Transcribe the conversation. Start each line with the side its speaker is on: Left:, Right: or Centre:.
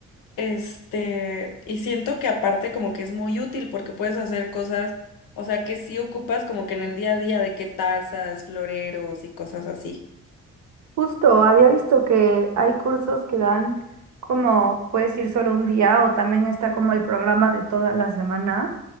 Left: Este, y siento que aparte como que es muy útil porque puedes hacer cosas, o sea, que sí ocupas como que en el día a día de que tazas, floreros y cosas así.
Right: Justo, había visto que hay cursos que dan como puedes ir solo un día o también está como el programa de toda la semana.